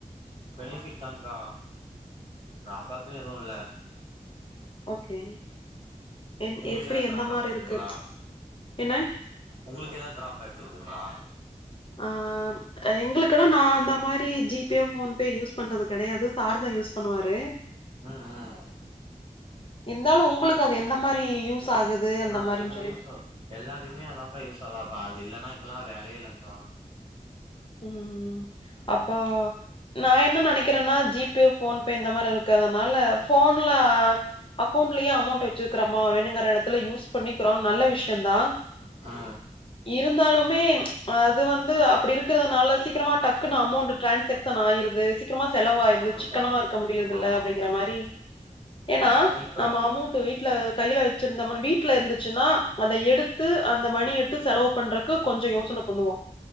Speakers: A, on the right; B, on the left.
A: பெனிஃபிட் தாங்கா ட்ராபேக்குனு எதுவு இல்ல
B: ஓகே என்
A: உங்களுக்கு
B: எப்டி
A: எதாது ட்ராபேக்
B: எந்த மாரி
A: இருக்குங்களா
B: இருக்கு ஏன்னா
A: உங்களுக்கு எதாது ட்ராபேக் இருக்குங்களா
B: ஆ எங்களுக்கு நா அந்த மாரி ஜி பே ஃபோன் பே யூஸ் பண்றது கெடயாது சார் தா யூஸ் பண்ணுவாரு
A: ம் ம்
B: இருந்தாலு உங்களுக் கு அது எந்த மாரி யூஸ் ஆகுது அந்த
A: ஆ
B: மாரின்ஞ்சொல்லிட்
A: யூஸ் ஆகு எல்லாத்துக்குமே அதாங்கா யூஸ் ஆது இப்ப அது இல்லன்னா இப்பல்லா வேலயே இல்லங்கா
B: ம் அப்போ நா என்ன நெனக்கிறனா ஜி பே ஃபோன் பே இந்த மாரி இருக்குறதுனால போன்ல அக்கௌண்ட்லயே அமௌண்ட் வச் வச்சுக்கிறோமா வேணுங்கிற எடத்துல யூஸ் பண்ணிக்கிறோ நல்ல விஷயொந்தா
A: ஆ
B: இருந்தாலுமே அது வந்து அப்டி இருக் இருக்குதுனால சீக்கிரமா டக்குனு அமௌண்ட் டிரான்சாக்ஷ்ன் ஆயிருது சீக்கிரமா செலவாயிடுது
A: ஆமாங்க்கா
B: சிக்கனமா இருக்க முடியறதில்ல
A: ஆமா ஆமா
B: அப்டிங்கிற மாரி
A: ஆமாங்க்கா
B: ஏனா
A: இப்ப
B: நம்ம அமௌண்ட் வீட்ல கையில வெச்சிருந்தோம் வீட்ல இருந்துச்சுனா அத எடுத்து அந்த மணி எடுத்து த்து செலவு பண்றக்கு கொஞ்ச யோசன பண்ணுவோ